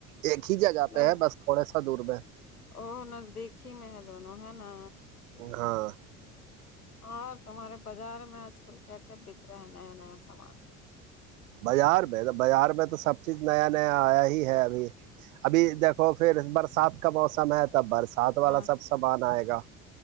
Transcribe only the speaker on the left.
نزد
او نزدیک ہی میں ہے دونوں ہے نا
اور تمہارے بازار میں آج کل کیا کیا بک رہے ہیں نیا نیا سامان
ہاں